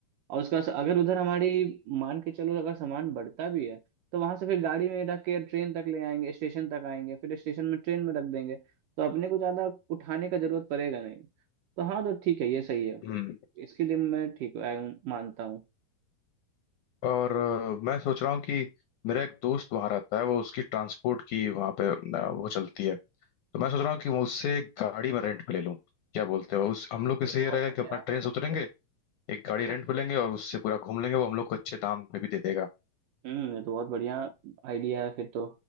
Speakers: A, on the right; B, on the left.
A: और उसका अगर उधर हमारी मान के चलो अगर सामान बढ़ता भी है तो वहां से फिर गाड़ी में रख के ट्रेन तक ले आएंगे स्टेशन तक आएंगे फिर स्टेशन में ट्रेन में रख देंगे तो अपने को ज्यादा उठाने का जरूरत पड़ेगा नहीं तो हाँ तो ठीक है ये सही है
B: हम्म।
A: इसके लिए मैं ठीक अ, मानता हूँ
B: और अ, मैं सोच रहा हूँ कि मेरा एक दोस्त वहां रहता है वो उसकी ट्रांसपोर्ट की वहां पे अ, वो चलती है तो मैं सोच रहा हूँ कि वो उससे एक गाड़ी मैं रेंट पे ले लूँ क्या बोलते हो उस हम लोग के
A: अरे
B: से
A: बहुत
B: ये रहेगा
A: बढ़िया
B: कि अपना ट्रेन से उतरेंगे एक गाड़ी रेंट पे लेंगे और उससे पूरा घूम लेंगे वो हम लोग को अच्छे दाम पे भी दे देगा
A: हम्म ये तो बहुत बढ़िया आइडिया है फिर तो